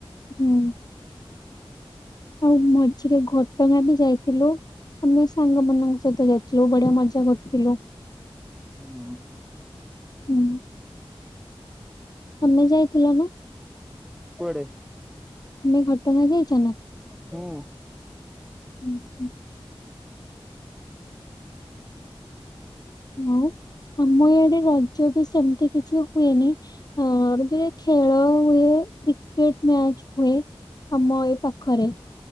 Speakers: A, on the left; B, in the centre.
A: ହୁଁ, ଆଉ ମଝିରେ ଘଟଗାଁ ବି ଯାଇଥିଲୁ। ଆମେ ସାଙ୍ଗମାନଙ୍କ, ସହିତ ଯାଇଥିଲୁ। ବଢିଆ ମଜା କରିଥିଲୁ।
B: ହୁଁ।
A: ହୁଁ। ତମେ ଯାଇଥିଲ ନା?
B: କୁଆଡେ
A: ତମେ ଘଟଗାଁ ଯାଇଛ ନା?
B: ହୁଁ।
A: ହୁଁ ହୁଁ। ଆଉ, ଆମ ଇଆଡେ ରଜ ତ ସେମିତି କିଛି- ହୁଏନି ଅ ରଜରେ ଖେଳ ହୁଏ କ୍ରିକେଟ ମ୍ୟାଚ ହୁଏ ଆମ ଏ ପାଖରେ।